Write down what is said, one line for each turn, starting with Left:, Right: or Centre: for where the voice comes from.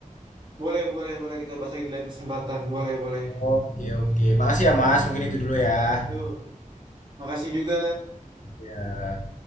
Right: Boleh, boleh, boleh kita bahas lagi di lain kesempatan. Boleh, boleh.
Left: Oke, oke. Makasih ya Mas. Mungkin itu dulu ya.
Right: Yuk, makasih juga.
Left: Ya,